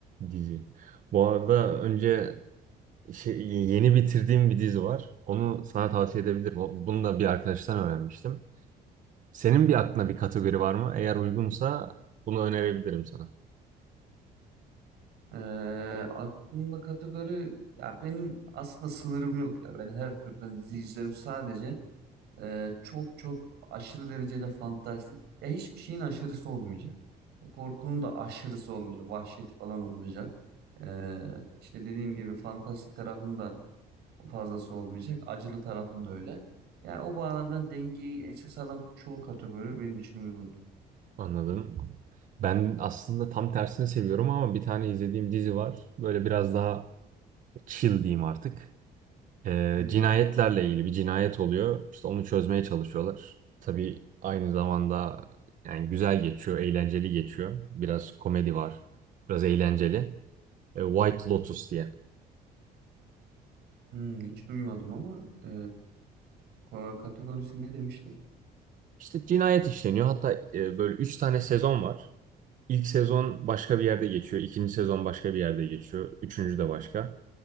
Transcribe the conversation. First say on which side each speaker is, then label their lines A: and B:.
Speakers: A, on the right; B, on the right.
A: dizi. Bu arada önce şey, yeni bitirdiğim bir dizi var. Onu sana tavsiye edebilirim. O- Bunu da bir arkadaştan öğrenmiştim. Senin bir aklına bir kategori var mı? Eğer uygunsa bunu önerebilirim sana.
B: E, aklımda kategori ya benim aslında sınırım yok ya. Ben her türden dizi izlerim. Sadece e, çok çok aşırı derecede fantastik. Ya hiçbir şeyin aşırısı olmayacak. Ya korkunun da aşırısı olmayacak. Vahşeti falan olmayacak. E, işte dediğim gibi fantastik tarafında fazlası olmayacak. Acılı tarafın da öyle. Yani o bağlamdan dengeyi esas alan çoğu kategori benim için uygundur.
A: Anladım. Ben aslında tam tersini seviyorum ama bir tane izlediğim dizi var. Böyle biraz daha chill diyeyim artık. Ee,
B: Hmm,
A: cinayetlerle ilgili bir cinayet oluyor. İşte onu çözmeye çalışıyorlar. Tabii aynı zamanda yani güzel geçiyor, eğlenceli geçiyor. Biraz komedi var, biraz eğlenceli. Ee, White Lotus diye.
B: hmm, hiç duymadım ama e, ko- kategorisi ne demiştin?
A: İşte cinayet işleniyor. Hatta e, böyle üç tane sezon var. İlk sezon başka bir yerde geçiyor. ikinci sezon başka bir yerde geçiyor. Üçüncü de başka.